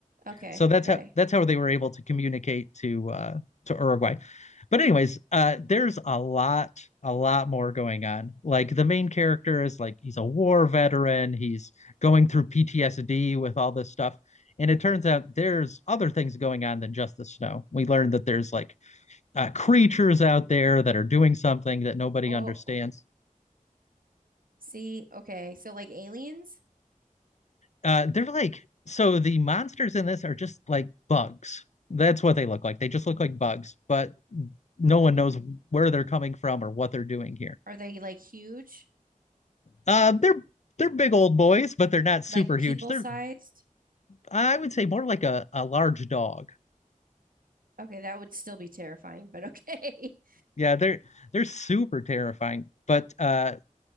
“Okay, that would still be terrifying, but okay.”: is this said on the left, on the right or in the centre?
Right